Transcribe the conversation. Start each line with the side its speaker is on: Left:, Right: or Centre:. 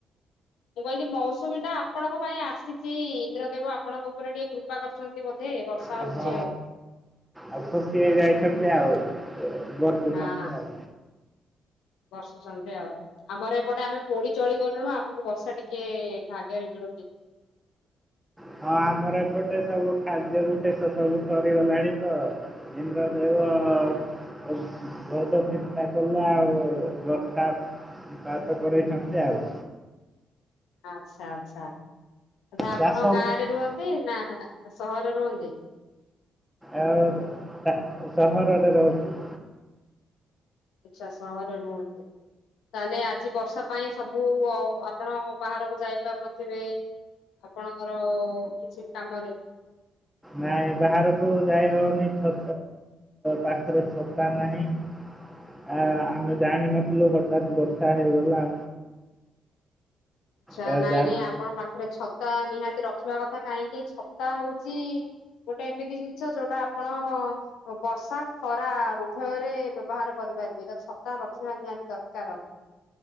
Left: ମୁଁ କହିଲି ମୌସୁମୀ ଟା ଆପଣଙ୍କ ପାଇଁ ଆସିଛି ଇନ୍ଦ୍ରଦେବ ଆପଣଙ୍କ ଉପରେ ଟିକେ କୃପା କରୁଛନ୍ତି ବୋଧେ ହେ ବର୍ଷା
Centre: ହଁ
Left: ହଉଛି ଆଉ।
Centre: ଆଉ ଖୁସି ହେଇଯାଇଛନ୍ତି ଆଉ ବସୁଛନ୍ତି
Left: ହଁ
Centre: ଆଉ।
Left: ବର୍ଷୁଛନ୍ତି ଆଉ। ଆମର ଏପଟେ ଆମେ ପୋଡି ଚଳି ଗଲୁଣୁ ଆମକୁ ବର୍ଷା ଟିକେ ଭାଗରେ ମିଳୁନି।
Centre: ହଁ ଆମର ଏପଟେ ସବୁ ଖାଦ୍ୟରୁ ଶେଷ <unintelligible> ସବୁ ସରିଗଲାଣି ତ ଇନ୍ଦ୍ରଦେବ ବହୁ - ବହୁତ ଚିନ୍ତା କଲେ ଆଉ ବର୍ଷା ତା ପାଖରେ ଛନ୍ତି ଆଉ।
Left: ଆଛା ଆଛା ଆପଣଙ୍କ
Centre: ଚାଷ ଆଉ
Left: ଗାଁ ରେ ରୁହନ୍ତି ନା ସହରରେ ରୁହନ୍ତି?
Centre: ଆ ହେ ସହରରେ ରହୁଛି।
Left: ଆଛା ସହରେ ରୁହନ୍ତି। ତାହେଲେ ଆଜି ବର୍ଷା ପାଇଁ ସବୁ ଆପଣ ବାହାରକୁ ଯାଇପାରୁନଥିବେ। ଆପଣଙ୍କର କିଛି କାମରେ।
Centre: ନାଇଁ ବାହାରକୁ ଯାଇ ହଉନିଛ ପାଖରେ ଛତା ନାହିଁ। ଆ ଆମେ ଜାଣିନଥିଲୁ ହଠାତ୍ ବର୍ଷା ହେଇଗଲା।
Left: ଆଛା
Centre: ଏ,
Left: ନାଇଁ
Centre: ଯା-
Left: ନାଇଁ ଆପଣ ପାଖରେ ଛତା ନିହାତି ରଖିବା କଥା କାହିଁକି ଛତା ହଉଛି ଗୋଟେ ଏମିତି ଜିନିଷ ଯୋଉଟା ଆପଣ ବର୍ଷା ଖରା ଉଭୟରେ ବ୍ୟବହାର କରିପାରିବିଟ ଛତା ରଖିବା ନିହାତି ଦରକାର।